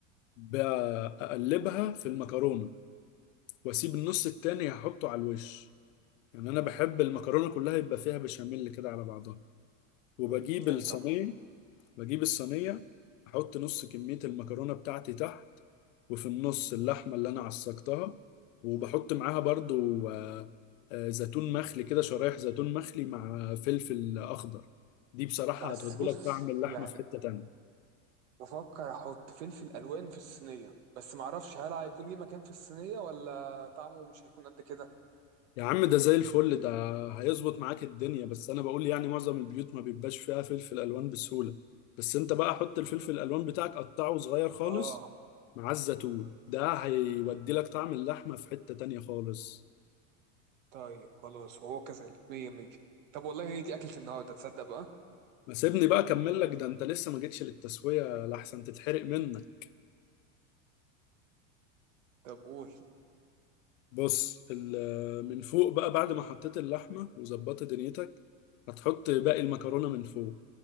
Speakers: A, on the left; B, on the right.
A: بقلبها في المكرونة واسيب النص التاني هحطه على الوش يعني انا بحب المكرونة كلها يبقى فيها بشاميل كده على بعضها وبجيب
B: ايوه
A: الصينية
B: طبعا
A: بجيب الصينية أحط نص كمية المكرونة بتاعتي تحت وفي النص اللحمة اللي أنا عصقتها وبحط معاها برضو آه، آه، زيتون مخلي كده شرايح زيتون مخلي مع فلفل أخضر دي بصراحة
B: بس
A: هتودي
B: بص
A: لك طعم اللحمة
B: يعني
A: في حتة تانية
B: بفكر احط فلفل الوان في الصينيه بس معرفش هل هيكون ليه مكان في الصينيه ولا طعمه مش هيكون قد كده
A: يا عم ده زي الفل ده هيظبط معاك الدنيا بس أنا بقول يعني معظم البيوت ما بيبقاش فيها فلفل ألوان بسهولة بس أنت بقى حط الفلفل الألوان بتاعك قطعه صغير خالص
B: اه
A: مع الزيتون ده هيودي لك طعم اللحمة في حتة تانية خالص
B: طيب خلاص هو كذلك مية مية طب والله هي دي أكلة النهاردة تصدق بقى
A: ما سيبني بقى اكمل لك ده انت لسه ما جيتش للتسويه لحسن تتحرق منك
B: طب قول
A: بص ال- آه، من فوق بقى بعد ما حطيت اللحمه وظبطت دنيتك هتحط باقي المكرونه من فوق